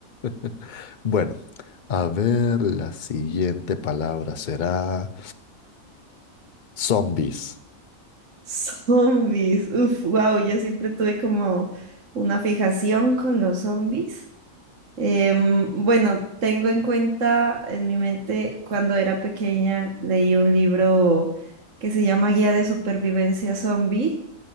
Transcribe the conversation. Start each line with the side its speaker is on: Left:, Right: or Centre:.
Left: <laughs> Bueno, a ver, la siguiente palabra será zombies.
Right: <laughs> Zombies, uf, wow, yo siempre tuve como una fijación con los zombies. Em, bueno, tengo en cuenta en mi mente cuando era pequeña leí un libro que se llama Guía de Supervivencia Zombie